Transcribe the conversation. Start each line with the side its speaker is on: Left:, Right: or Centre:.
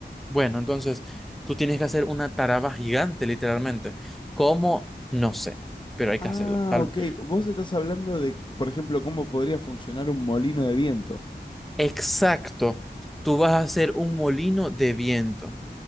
Centre: bueno, entonces tú tienes que hacer una taraba gigante, literalmente. ¿Cómo? No sé, pero hay
Left: Ah,
Centre: que hacerlo. Tal...
Left: ok. Vos estás hablando de, por ejemplo, cómo podría funcionar un molino de viento.
Centre: Exacto, tú vas a hacer un molino de viento.